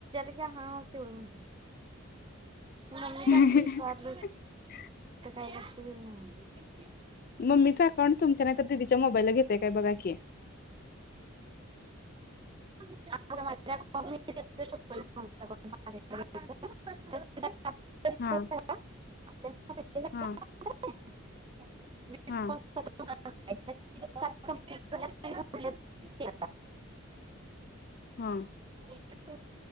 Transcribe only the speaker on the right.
का हा तेवढं म्हटलं मम्मी
आमचीविचारल
काय लक्ष देईना म्हणून
<unintelligible> <unintelligible>
<inaudible>
<unintelligible>
<inaudible>